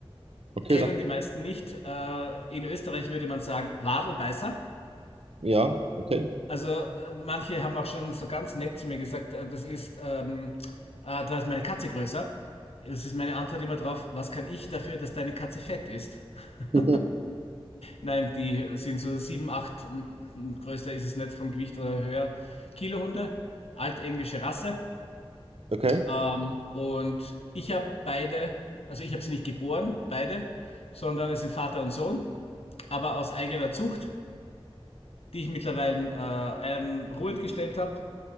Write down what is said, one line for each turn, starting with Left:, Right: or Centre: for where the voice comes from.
Right: Okay,
Left: kennen
Right: sag.
Left: die meisten nicht. Äh, in Österreich würde man sagen Wadelbeißer.
Right: Ja, okay.
Left: Also äh, manche haben auch schon so ganz nett zu mir gesagt, äh, das ist, ähm, äh, da ist meine Katze größer. Das ist meine Antwort immer drauf, was kann ich dafür, dass deine Katze fett ist?
Right: <laughs>
Left: <laughs> Nein, die sind so 7 8 m- m- größer ist es nicht vom Gewicht oder höher. Kilohunde, altenglische Rasse.
Right: Okay.
Left: Ähm, und ich habe beide, also ich habe sie nicht geboren, beide, sondern es sind Vater und Sohn. aber aus eigener Zucht, die ich mittlerweile äh, ähm, ruhend gestellt habe,